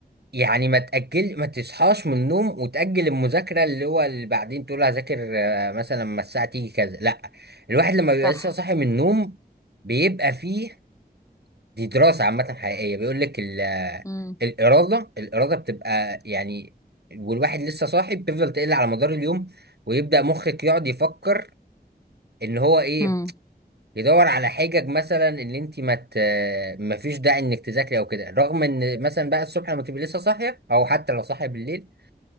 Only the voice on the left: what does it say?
صح
امم
امم